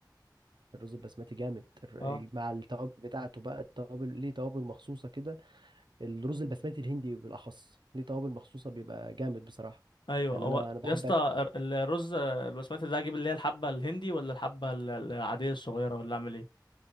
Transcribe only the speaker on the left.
اه
ايوه
هو
يا اسطى
الر- الرز البسمتي ده اجيب اللي هي الحبه الهندي ولا الحبه ال- العاديه الصغيره ولا اعمل ايه